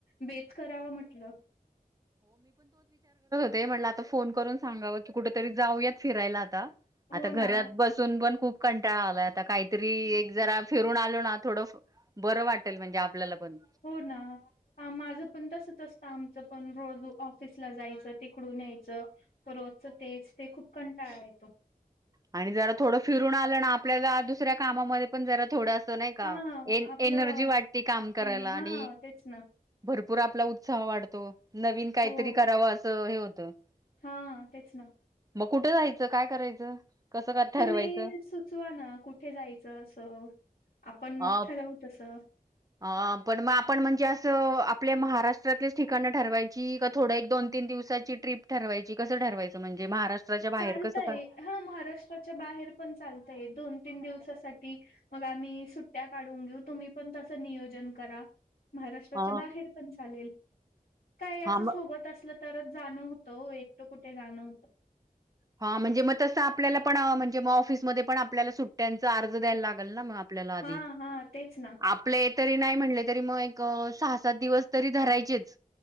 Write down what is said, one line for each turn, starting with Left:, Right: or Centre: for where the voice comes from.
Left: बेत करावा म्हटलं.
Right: ते म्हटलं आता फोन करून सांगाव की कुठेतरी जाऊयात फिरायला आता.
Left: हो
Right: आता घरात
Left: ना.
Right: बसून पण खूप कंटाळा आलाय आता काहीतरी एक जरा फिरून आलो ना थोडं बरं वाटेल म्हणजे आपल्याला पण
Left: हो ना ह माझ पण तसच असत. आमच पण रोज ऑफिसला जायचं तिकडून यायचं रोजच तेच ते खूप कंटाळा येतो.
Right: आणि जरा थोडं फिरून आलं ना आपल्याला दुसऱ्या कामामध्ये पण जरा थोडं नाही का
Left: हा आपलं
Right: एनर्जी वाटती काम करायला
Left: येणं,
Right: आणि
Left: हा तेच ना
Right: भरपूर आपला उत्साह वाढतो. <inaudible> नवीन काहीतरी
Left: हो
Right: करावं अस हे होतं.
Left: हा तेच ना.
Right: मग कुठं जायचं काय करायचं <inaudible> ठरवायचं
Left: तुम्ही सुचवा ना कुठे जायचं असं आपण मग
Right: अ
Left: ठरवु तसं.
Right: अ पण मग आपण म्हणजे असं आपल्या महाराष्ट्र ठिकाण ठरवायची थोड एक दोन तीन दिवसाची ट्रीप ठरवाची कस ठरवायची म्हणजे महाराष्ट्राच्या बाहेर
Left: चालतय
Right: कसं काय?
Left: हा महाराष्ट्राच्या बाहेर पण चालतय दोन तीन दिवसासाठी मग आम्ही सुट्ट्या काढून घेऊ तुम्ही पण तसं नियोजन करा महाराष्ट्राच्या
Right: अ,
Left: बाहेर पण चालेल काय
Right: हां,
Left: असं
Right: मग
Left: सोबत असल तरच जाणं होतं एकटं कुठे जाणं होत
Right: हा म्हणजे मग तस आपल्याला पण म्हणजे ऑफिसमध्ये पण आपल्याला सुट्ट्यांचा आर्ज द्यालागल न आपल्या आधी
Left: हा हा तेच ना.
Right: आपल तरी नाही म्हटले तरी मग एक सहा सात दिवस तरी धरायचेच